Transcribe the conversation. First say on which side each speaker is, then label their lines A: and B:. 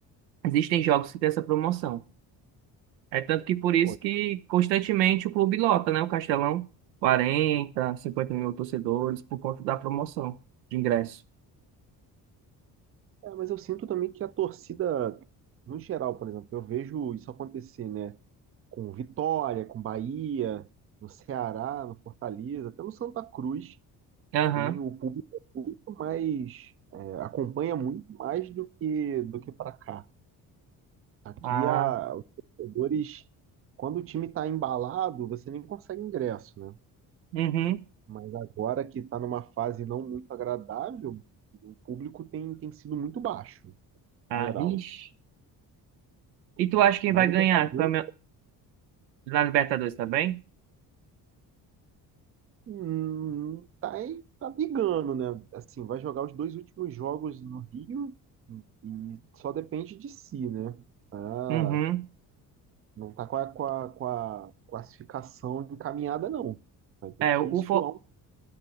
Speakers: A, on the right (about 80°); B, on the right (about 30°).
A: Existem jogos que têm essa promoção. É tanto que por isso
B: Pô,
A: que constantemente o clube lota, né? O Castelão, quarenta cinquenta mil torcedores por conta da promoção de ingresso.
B: é, mas eu sinto também que a torcida, no geral, por exemplo, eu vejo isso acontecer, né? Com Vitória, com Bahia, no Ceará, no Fortaleza, até no Santa Cruz,
A: Aham.
B: tem o público muito mais, é, acompanha muito mais do que do que para cá. Aqui
A: Ah,
B: a, os torcedores, quando o time está embalado, você nem consegue ingresso, né?
A: uhum.
B: Mas agora que está numa fase não muito agradável, o público tem, tem sido muito baixo,
A: Ah,
B: geral.
A: vixe. E tu
B: né?
A: acha quem
B: Na
A: vai
B: Libertadores,
A: ganhar Cami- na Libertadores também?
B: hum, tá, aí- tá brigando, né? Assim, vai jogar os dois últimos jogos no Rio e só depende de si, né? Ah,
A: Uhum.
B: não tá com a, com a, com a classificação encaminhada, não. Vai ter
A: É,
B: que
A: o,
B: suar
A: For-
B: um.